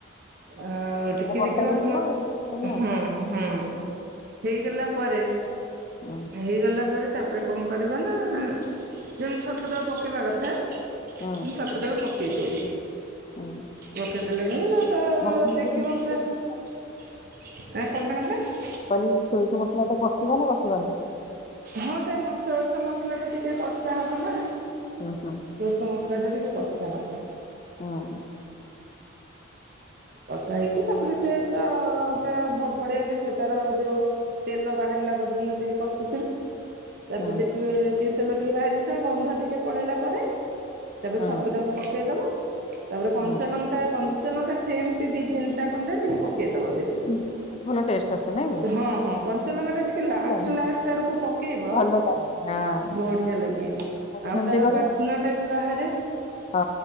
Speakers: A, on the right; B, on the left.
A: ଆଉ ଟିକେ
B: ବର୍ଷା
A: ଦେଖିବା
B: ହେଇଥିବ
A: ସମସ୍ତ
B: ଆଉ କରିବ
A: ହୁଁ ହୁଁ <unintelligible> ହେଇଗଲା ପରେ
B: ଆଉ।
A: ହେଇଗଲା ପରେ ତାପରେ କଣ କରିବା ନା ଯେମି ଛତୁଟାକୁ ପକେଇବା କଥା।
B: ହୁଁ
A: ମୁ ଛତୁଟାକୁ ପକାଇ ଦେଉ
B: ହୁଁ ହୁଁ
A: ପକେଇ ଦେଲେ ମ ଯ ତ <unintelligible>
B: ମସଲା ଯଦି
A: ଦେଖିବ
B: ମସଲା
A: ପୁରା
B: ବି କଷି
A: ଏ କଟା କତାେ <inaudible>
B: କାଲି ସୋଇଷ ମସଲା ଟା କଷିବା ନା କଷିବନି।
A: ହଁ ସେ ସୋରିଷ ମସଲା ଟା ଟିକେ କଷା ହବ ନା।
B: ହୁଁ ହଁ
A: ସୋରିଷ ମସଲା ଟିକିଏ କଷା ହବ।
B: ହଁ।
A: କଷା ହେଇକି ତାପରେ ସେ ତ ପୁରା ବଢିଆ ବିିକ ତାର ଯୋଉ ତେଲ ବାହାରିଲା ପର୍ଯ୍ୟନ୍ତ ଟିକେ କଷି ତାପରେ
B: ହୁଁ
A: ଦେଖିବେ ତିନ ତେଲ ଟିକେ ବାହାରି ଆସିବ ଗନ୍ଧ ଟିକେ ପଳେଇଲା ପରେ।। ତାପରେ
B: ହୁଁ
A: ଛତୁ ଟାକୁ ପକେଇଦବା ତାପରେ କଞ୍ଚା
B: ହୁଁ
A: ଲଙ୍କା ଚଲଙ୍କା ସେମିତି ଦି ତିିଟା ଖଣ୍ଡେ ଟିକେ ପକେଇଦବ ସେଠି
B: ଚିଲି ପକେଇଲେ ଭଲ ଟେଷ୍ଟ ଆସେ ନାଇଁ କି?
A: ହଁ ହଁ କଞ୍ଚଲଙ୍କା ଟା ଟିକେ ଲାଷ୍ଟ
B: ଭଲ
A: ଲାଷ୍ଟ ସେଗୁଡିକୁ ପକେଇବ
B: ଲାଗେ ହଁ
A: ବଢି ଲାଗେ।
B: ମୁଁ ବି
A: ଆଉ
B: ସେମିତି
A: ତାର
B: କରେ
A: ବାସ୍ନା ବିି ବାହାରେ <unintelligible>
B: ହଁ